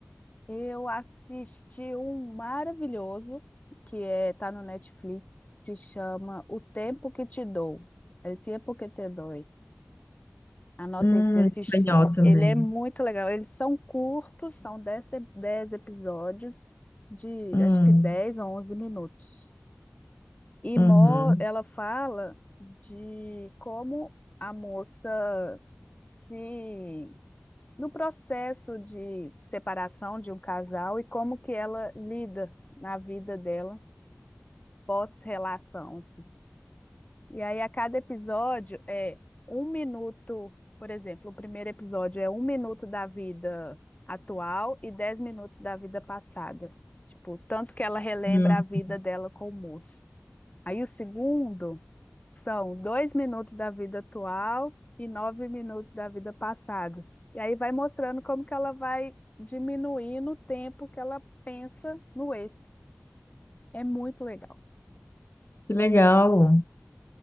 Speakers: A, on the left (about 35°); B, on the left (about 65°).
A: Eu assisti um maravilhoso que é, tá no Netflix, que chama O Tempo que Te Dou. É O Tempo que Te Doi. Anota
B: Hum,
A: aí pra você assistir.
B: espanhol também.
A: Ele é muito legal. Eles são curtos, são dez dez episódios de
B: Hum,
A: acho que 10 ou 11 minutos. E
B: uhum,
A: Mo, ela fala de como a moça se no processo de separação de um casal e como que ela lida na vida dela pós-relação, assim. E aí a cada episódio é um minuto, por exemplo, o primeiro episódio é um minuto da vida atual e dez minutos da vida passada. Tipo, tanto que ela relembra
B: hum.
A: a vida dela com o moço. Aí o segundo são dois minutos da vida atual e nove minutos da vida passada. E aí vai mostrando como que ela vai diminuindo o tempo que ela pensa no esse. É muito legal.
B: Que legal.